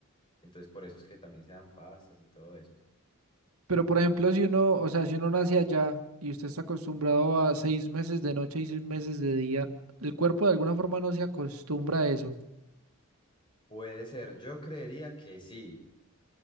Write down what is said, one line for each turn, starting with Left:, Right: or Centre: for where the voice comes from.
Left: Entonces, por eso es que también se dan pastas y todo eso.
Right: pero por ejemplo, si uno, o sea, si uno nace allá y usted está acostumbrado a seis meses de noche y seis meses de día, el cuerpo de alguna forma no se acostumbra a eso.
Left: Puede ser, yo creería que sí,